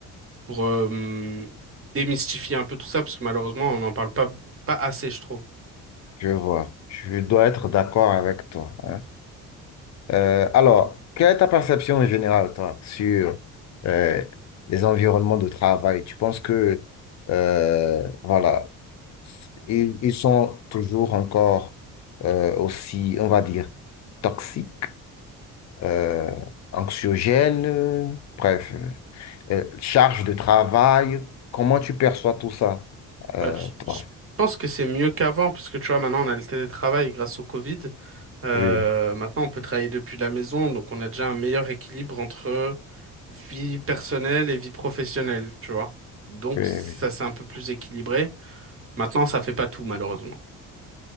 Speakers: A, on the right; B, on the left.
A: pour euh, hum, démystifier un peu tout ça, parce que malheureusement, on n'en parle pas, pas assez, je trouve.
B: Je vois, je dois être d'accord avec toi. hein. Euh, alors, quelle est ta perception en général, toi, sur euh, les environnements de travail? Tu penses que, euh, voilà, ils, ils sont toujours encore euh, aussi, on va dire, toxiques, euh, anxiogènes, euh, bref, euh, euh, charge de travail. Comment tu perçois tout ça, euh,
A: Bah, je,
B: toi?
A: je pense que c'est mieux qu'avant, parce que tu vois, maintenant, on a le télétravail grâce au Covid. Euh,
B: Oui,
A: maintenant, on peut travailler depuis la maison, donc on a déjà un meilleur équilibre entre vie personnelle et vie professionnelle, tu vois. Donc
B: oui,
A: ça,
B: oui.
A: c'est un peu plus équilibré. Maintenant, ça fait pas tout, malheureusement.